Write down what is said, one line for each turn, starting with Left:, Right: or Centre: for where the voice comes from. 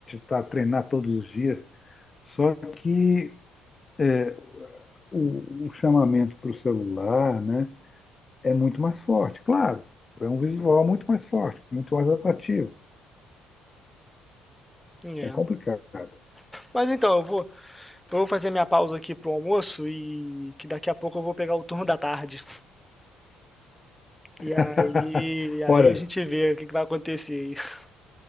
Left: tá, treinar todos os dias. Só que é, o, o chamamento para o celular, né, é muito mais forte. Claro, é um visual muito mais forte, muito mais atrativo.
Centre: É.
Left: É complicado.
Centre: Mas então, eu vou Eu vou fazer minha pausa aqui pro almoço e que daqui a pouco eu vou pegar o turno da tarde.
Left: <laughs>
Centre: E aí, aí
Left: Olha,
Centre: a gente vê o que que vai acontecer. <laughs>